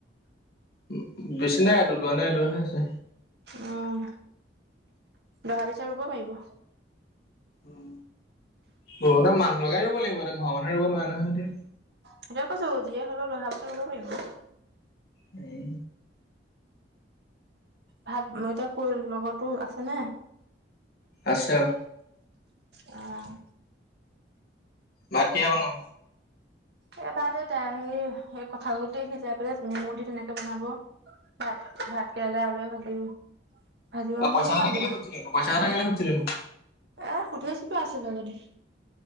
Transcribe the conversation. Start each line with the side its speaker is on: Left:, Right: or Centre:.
Left: উ বেছি নাই, দোদোৱা নে এদুৱাহে আছে।
Right: অ', দহা পিছত ৰুব পাৰিব।
Left: উম। ৰুবলে মানুহ লগাই ৰুব লাগিব। এতিয়া ঘৰৰ মানুহে ৰুব নোৱাৰে নহয় এতিয়া।
Right: সেইটোৱে কৈছো। যিয়ে হ'লেও দহা পিছত ৰুব পাৰিব।
Left: উম।
Right: ভাত, মই এতিয়া ক'লো লগৰটো আছে নে?
Left: আছে অ'।
Right: অ'।
Left: ভাত কিহে বনাব?
Right: এইবাৰতে তেওঁ হেৰি হৈ কঁঠাল গুটি সিজাই পেলাই ধনীয়া, নিমখ দি তেনেকে বনাব। ভাত ভাতকেৰেলা আলোৱে ভাজিম। আজি পা
Left: অ
Right: মানে
Left: পইচা
Right: এ
Left: কথা কেলে সুধিছিলিনো পইচা
Right: <unintelligible>
Left: কথা কেলে সুধিছিলিনো
Right: এ সুধিছোপা আছিলে যদি।